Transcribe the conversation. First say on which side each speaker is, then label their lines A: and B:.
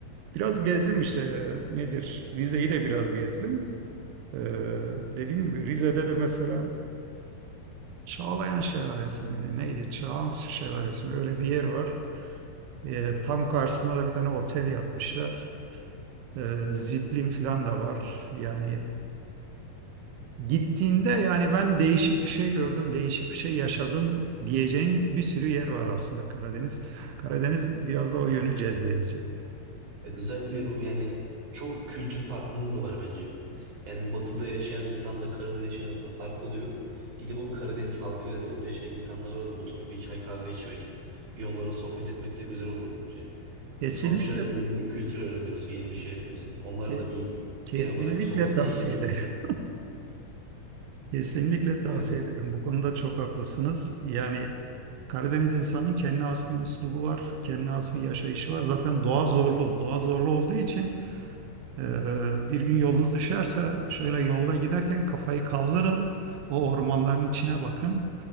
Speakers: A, on the right (about 80°); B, on the right (about 55°).
A: Biraz gezdim işte e, nedir? Rize'yi de biraz gezdim. Ee, dediğim gibi Rize'de de mesela Çağlayan Şelalesi miydi? Neydi? Çağan Şelalesi mi? Öyle bir yer var. Ee, tam karşısına da bir tane otel yapmışlar. Ee, ziplin falan da var. Yani Gittiğinde yani ben değişik bir şey gördüm, değişik bir şey yaşadım diyeceğin bir sürü yer var aslında Karadeniz. Karadeniz biraz da o yönü cezbedici.
B: Evet, özellikle bu yani çok kültür farkımız da var bence. Yani bir batıda yaşayan insanla Karadeniz'de yaşayan arasında fark oluyor. Gidip o Karadeniz halkıyla da orada yaşayan insanlarla da oturup bir çay kahve içmek, bir onlarla sohbet etmek de güzel olur bence.
A: Kesinlikle
B: Sonuçta yeni bir kültür öğreniyorsun, yeni bir şey yapıyorsun. Onlar
A: kes,
B: da iyi,
A: kesinlikle
B: genel olarak sohbeti
A: tavsiye
B: iyi insanlar.
A: ederim. Kesinlikle tavsiye
B: Yani,
A: ederim. Bu konuda çok haklısınız. Yani Karadeniz insanının kendine has bir üslubu var, kendine has bir yaşayışı var. Zaten doğa zorlu. Doğa zorlu olduğu için e, bir gün yolunuz düşerse şöyle yolda giderken kafayı kaldırın, o ormanların içine bakın.